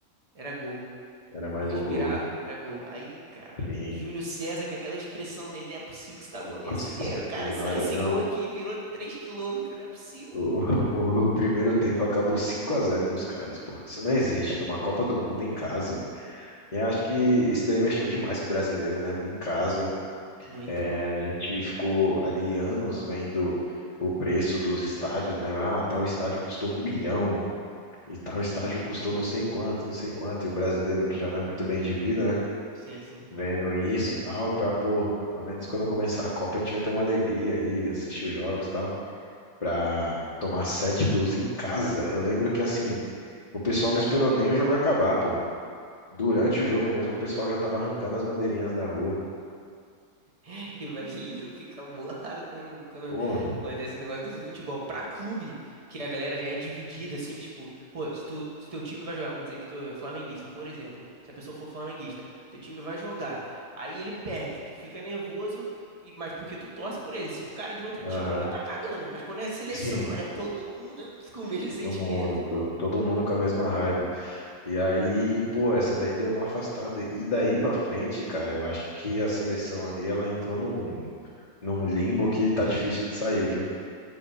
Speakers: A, on the right; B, on the left.
A: era gol.
B: era mais
A: Eu respirava,
B: um gol.
A: era gol. Aí, cara,
B: Sim,
A: Júlio César com aquela expressão dele, não é possível que isso tá acontecendo,
B: Nossa
A: cara.
B: senhora,
A: Esse, esse
B: não.
A: gol aqui virou três quilômetros não é possível.
B: O, <laughs> o, o primeiro tempo acabou 5 a 0 pros caras, pô. Isso não existe numa Copa do Mundo em casa. E eu acho que isso daí mexeu demais com o brasileiro, né? Em casa,
A: Muito.
B: é, a gente ficou ali anos vendo o preço dos estádios, né? Ah, tal estádio custou um bilhão e tal estádio custou não sei quanto, não sei quanto. E o brasileiro, que já não é muito bem de vida, né?
A: Sim, sim.
B: Vendo isso, e tal, pra, pô, pelo menos quando começar a Copa a gente vai ter uma alegria aí, assistir os jogos, e tal. pra tomar sete gols em casa. Eu lembro que, assim, o pessoal não esperou nem o jogo acabar, pô. Durante o jogo mesmo, o pessoal já tava arrancando as bandeirinhas da rua.
A: <laughs> Que o brasileiro fica bolado quando, quando
B: Pô,
A: acontece um negócio desse no futebol. Pra clube, que a galera já é dividida, assim, tipo, pô, se, tu, se teu time vai jogar, vamos dizer que tu é flamenguista, por exemplo, se a pessoa for flamenguista, teu time vai jogar, aí ele perde, tu fica nervoso, e- mas porque tu torce por ele. Se o cara de outro
B: aham.
A: time, ele vai estar cagando. Mas quando é seleção,
B: <laughs> Sim,
A: mano, é todo mundo <laughs> com o mesmo
B: todo
A: sentimento.
B: mundo, todo, todo mundo com a mesma raiva. E aí, pô, essa daí deu uma afastada. E daí pra frente, cara, eu acho que a seleção ali, ela entrou num, num limbo que tá difícil de sair, viu?